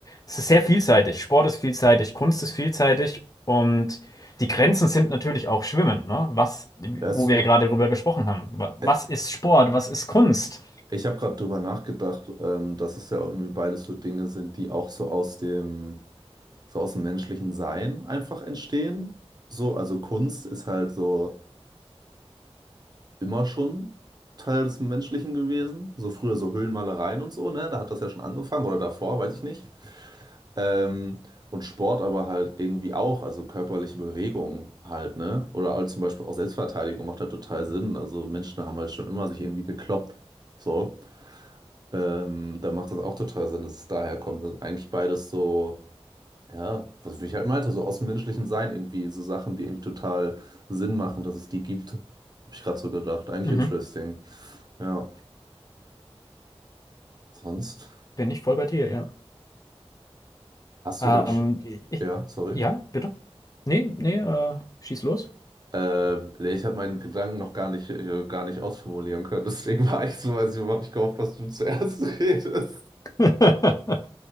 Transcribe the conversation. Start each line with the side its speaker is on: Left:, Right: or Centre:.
Left: es ist sehr vielseitig. Sport ist vielseitig, Kunst ist vielseitig und die Grenzen sind natürlich auch schwimmend, ne? Was,
Right: Das,
Left: wo wir gerade drüber gesprochen haben. Wa- Was
Right: äh,
Left: ist Sport? Was ist Kunst?
Right: ich habe gerade drüber nachgedacht, ähm, dass es ja auch irgendwie beides so Dinge sind, die auch so aus dem, so aus dem menschlichen Sein einfach entstehen. So, also Kunst ist halt so. immer schon Teil des Menschlichen gewesen. So früher so Höhlenmalereien und so, ne? Da hat das ja schon angefangen oder davor, weiß ich nicht. Ähm, und Sport aber halt irgendwie auch, also körperliche Bewegung halt, ne? Oder halt zum Beispiel auch Selbstverteidigung macht halt total Sinn. Also Menschen haben halt schon immer sich irgendwie gekloppt. So. Ähm, da macht das auch total Sinn, dass es daher kommt. Also eigentlich beides so. Ja, was ich halt meinte, so aus dem menschlichen Sein irgendwie, so Sachen, die irgendwie total Sinn machen, dass es die gibt. Habe ich gerade so gedacht. Eigentlich
Left: Mhm.
Right: interesting. Ja, sonst
Left: Bin ich voll bei dir, ja.
Right: hast
Left: Ähm,
Right: du denn sch
Left: ich,
Right: ja, sorry.
Left: ja, bitte? Nee, nee, äh, schieß los.
Right: Äh, nee, ich habe meinen Gedanken noch gar nicht äh, gar nicht ausformulieren können, deswegen war ich so, weiß ich, habe ich gehofft, dass du zuerst <laughs> redest.
Left: <laughs>